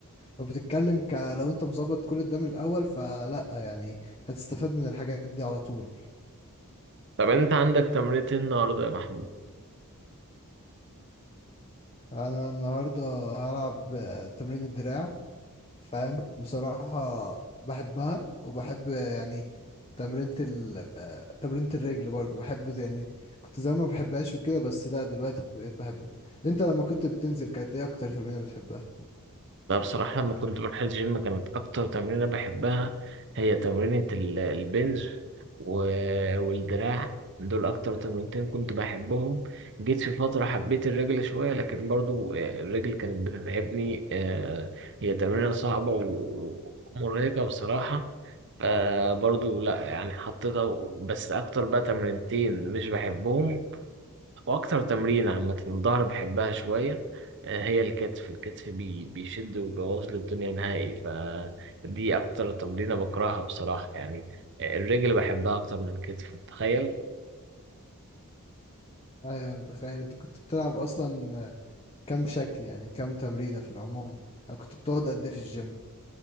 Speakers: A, on the left; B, on the right.
A: لو بتتكلم ك... لو أنت مظبط كل ده من الأول فلا يعني هتستفاد من الحاجات دي على طول
B: طب انت عندك تمرينة إيه النهارده يا محمود
A: انا النهارده هلعب آه، تمرين الدراع فاهم بصراحه بحبها وبحب آه، يعني تمرينة ال آه، تمرينة الرجل برضو بحب زي- يعني كنت زمان ما بحبهاش وكده بس لا دلوقتي بقيت بحبها انت لما كنت بتنزل كانت ايه اكتر تمرينة بتحبها
B: لا بصراحة لما كنت بروح الجيم كانت أكتر تمرينة بحبها هي تمرينة ال- البنج و- والدراع دول أكتر تمرينتين كنت بحبهم جيت في فترة حبيت الرجل شوية لكن برضو آه، الرجل كانت بتتعبني آه، هي تمرينة صعبة و- ومرهقة بصراحة فبرضو لا يعني حطيتها بس أكتر بقى تمرينتين مش بحبهم واكتر تمرين عامه الظهر بحبها شويه آه، هي الكتف الكتف بي بيشد ويبوظ لي الدنيا نهائي فدي اكتر تمرينه بكرهها بصراحه يعني آه، الرجل بحبها اكتر من الكتف تخيل
A: ايوه متخيل انت كنت بتلعب اصلا آه، كام شكل يعني كام تمرينة في العموم أو كنت بتقعد قد ايه في الجيم